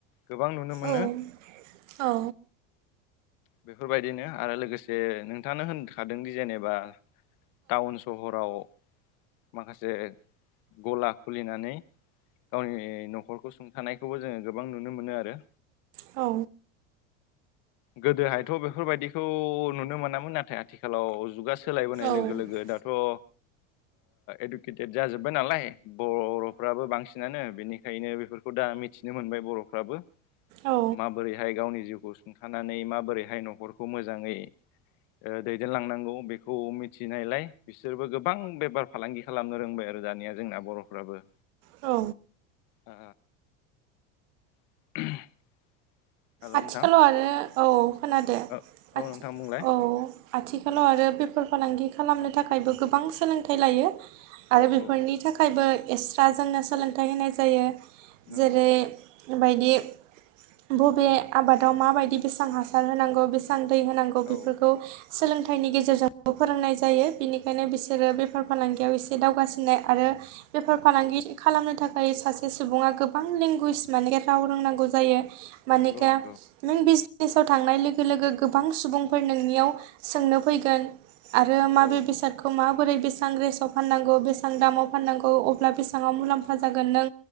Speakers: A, on the left; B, on the right.
A: गोबां नुनो मोनो।
B: औ औ।
A: बेफोरबायदिनो आरो लोगोसे नोंथाङानो होनखादोंदि जेनेबा टाउन सहराव माखासे गला खुलिनानै गावनि न'खरखौ सुंथानाय खौबो जोङो गोबां नुनो मोनो आरो।
B: औ।
A: गोदोहायथ' बेफोरबायदिखौ नुनो मोनामोन नाथाय आथिखालाव जुगा सोलायबोनाय
B: औ
A: लोगो लोगो दाथ' ओ इडुकेटेड जाजोब्बाय नालाय बर'फ्राबो बांसिनानो, बेनिखायनो बेफोरखौ दा मिथिनो मोनबाय बर'फ्राबो
B: औ।
A: माबोरैहाय गावनि जिउखौ सुंथानानै माबोरैहाय न'खरखौ मोजाङै ओ दैदेनलांनांगौ बेखौ मिथिनायलाय बिसोरबो गोबां बेफार फालांगि खालामनो रोंबाय आरो दानिया जोंनिया बर'फ्राबो।
B: औ।
A: ओ <unintelligible> हेल' नोंथां
B: आथिखालाव आरो औ खोनादो
A: औ औ
B: आथि
A: नोंथां बुंलाय
B: औ। आथिखालाव आरो बेफार फालांगि खालामनो थाखायबो गोबां सोलोंथाइ लायो। आरो
A: औ
B: बेफोरनि
A: औ
B: थाखायबो एस्रा जोंनो सोलोंथाइ होनाय जायो।
A: नंगौ
B: जेरै
A: नंगौ
B: बायदि बबे आबादाव माबायदि बेसां हासार होनांगौ बेसेबां दै होनांगौ बेफोरखौ
A: औ
B: सोलोंथाइनि गेजेरजोंबो फोरोंनाय जायो बिनिखायनो बिसोरो बेफार फालांगियाव एसे दावगासिननाय आरो बेफार फालांगि खालामनो थाखाय सासे सुबुङा गोबां लेंगुवेज माने राव रोंनांगौ जायो। मानिका
A: नंगौ नंगौ
B: नों बिस बिसनेस आव थांनाय लोगो लोगो गोबां सुबुंफोर नोंनियाव सोंनो फैगोन। आरो माबे
A: औ
B: बेसादखौ मा बोरै बेसेबां रेसाव फाननांगौ बेसां दामाव फाननांगौ अब्ला बेसेबां आव मुलाम्फा जागोन नों